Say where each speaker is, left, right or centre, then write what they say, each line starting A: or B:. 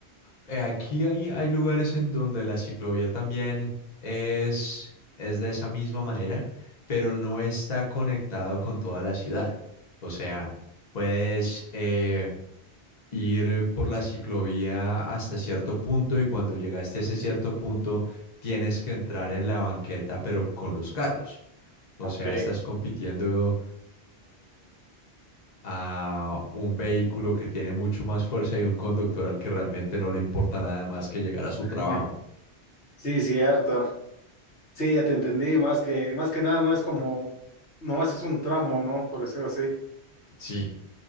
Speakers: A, on the left (about 40°); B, on the left (about 85°).
A: Eh, aquí hay, hay lugares en donde la ciclovía también es, es de esa misma manera, pero no está conectado con toda la ciudad. O sea, puedes eh, ir por la ciclovía hasta cierto punto y cuando llegaste a ese cierto punto tienes que entrar en la banqueta, pero con los carros. O
B: Ok.
A: sea, estás compitiendo a un vehículo que tiene mucho más fuerza y un conductor al que realmente no le importa nada más que llegar a su
B: <laughs>
A: trabajo.
B: Sí, cierto. Sí, ya te entendí. Más que, más que nada, no es como, nomás es un tramo, ¿no? Por decirlo así.
A: Sí.